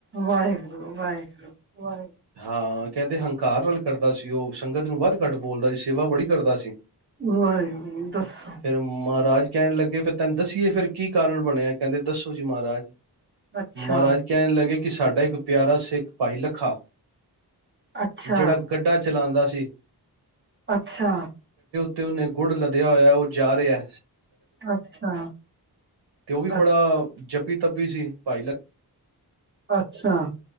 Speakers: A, on the right (about 30°); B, on the right (about 80°).
A: ਵਾਹਿਗੁਰੂ, ਵਾਹਿਗੁਰੂ, ਵਾਹਿਗੁਰੂ।
B: ਹਾਂ ਕਹਿੰਦੇ ਹੰਕਾਰ ਨਾਲ ਕਰਦਾ ਸੀ। ਉਹ ਸੰਗਤ ਨੂੰ ਵੱਧ ਘੱਟ ਬੋਲਦਾ ਸੀ। ਸੇਵਾ ਬੜੀ ਕਰਦਾ ਸੀ।
A: ਵਾਹਿਗੁਰੂ, ਦੱਸੋ।
B: ਫਿਰ ਮਹਾਰਾਜ ਕਹਿਣ ਲੱਗੇ ਫੇਰ ਤੈਨ ਦੱਸੀ ਕੀ ਏ ਫਿਰ ਕੀ ਕਾਰਨ ਬਣਿਐ ਕਹਿੰਦੇ ਦੱਸੋ ਜੀ ਮਾਹਰਾਜ
A: ਅੱਛਾ
B: ਮਾਹਰਾਜ ਕਹਿਣ ਲੱਗੇ ਕਿ ਸਾਡਾ ਇੱਕ ਪਿਆਰਾ ਸਿੱਖ ਭਾਈ ਲੱਖਾ
A: ਅੱਛਾ
B: ਜਿਹੜਾ ਗੱਡਾ ਚਲਾਂਦਾ ਸੀ ਸੀ।
A: ਅੱਛਾ।
B: ਤੇ ਉਹਨੇ ਗੁੜ ਲਦਿਆ ਹੋਇਐ ਉਹ ਜਾ ਰਿਹੈ
A: ਅੱਛਾ।
B: ਤੇ ਉਹ ਵੀ
A: ਅ
B: ਬੜਾ ਜੱਪੀ ਤੱਪੀ ਸੀ ਭਾਈ ਲ
A: ਅੱਛਾ